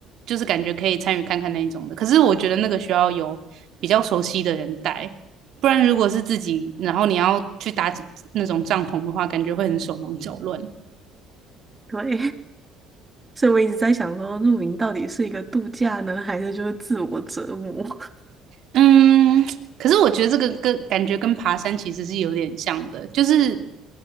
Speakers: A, on the right (about 60°); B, on the right (about 20°).
A: 就是感觉可以参与看看那一种的。可是我觉得那个需要有比较熟悉的人带，不然如果是自己，然后你要去搭那种帐篷的话，感觉会很手忙脚乱。
B: 对。所以我一直在想说，露营到底是一个度假呢，还是就是自我折磨？<laughs>
A: 嗯，可是我觉得这个跟感觉跟爬山其实是有点像的，就是，